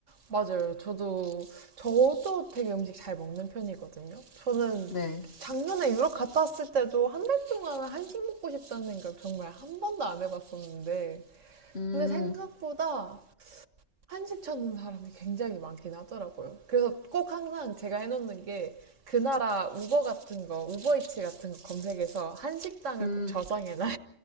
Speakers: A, on the right; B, on the left.
A: 맞아요. 저도 저도 되게 음식 잘 먹는 편이거든요. 저는
B: 네.
A: 작년에 유럽 갔다 왔을 때도 한 달 동안 한식 먹고 싶다는 생각 정말 한 번도 안 해봤었는데
B: 음,
A: 근데 생각보다 한식 찾는 사람이 굉장히 많긴 하더라고요. 그래서 꼭 항상 제가 해놓는 게 그 나라 우버 같은 거, 우버이츠 같은 거 검색해서 한식당을
B: 음.
A: 꼭 저장해놔요.